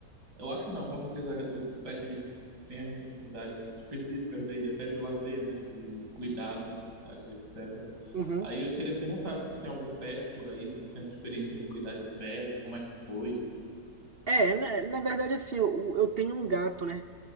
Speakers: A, on the right; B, on the right.
A: Eu acho não, com certeza o, o pet ele tem as necessidades específicas dele, até de lazer, né? De cuidados necessários, etc.
B: uhum.
A: Aí eu queria perguntar se tu tem algum pet por aí, se tu tem essa experiência de cuidar de pet, como é que foi?
B: É, na, na verdade, assim, eu, eu tenho um gato, né?